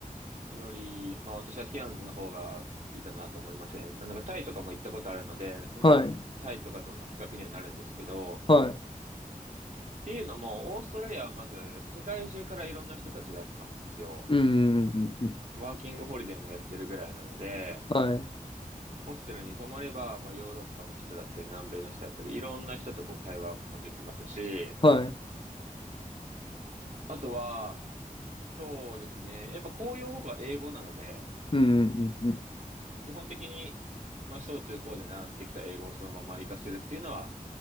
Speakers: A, on the right; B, on the left.
A: より、まあ私はケアンズの方が好きだなと思いましたね。なんかタイとかも行ったことあるので、そのタイとかとの比較にはなるんですけど、
B: はい。はい。
A: っていうのも、オーストラリアはまず世界中からいろんな人たちが集まるんですよ。
B: うんうんうんうん。
A: ワーキングホリデーもやってるぐらいなので、
B: はい。
A: ホステルに泊まれば、まあ、ヨーロッパの人だったり、南米の人だったり、いろんな人とこう会話もできますし、
B: はい。
A: あとは、そうですね、やっぱ公用語が英語なので、
B: うんうんうんうん。
A: 基本的に、まあ、小中高で習ってきた英語をそのまま活かせるっていうのは、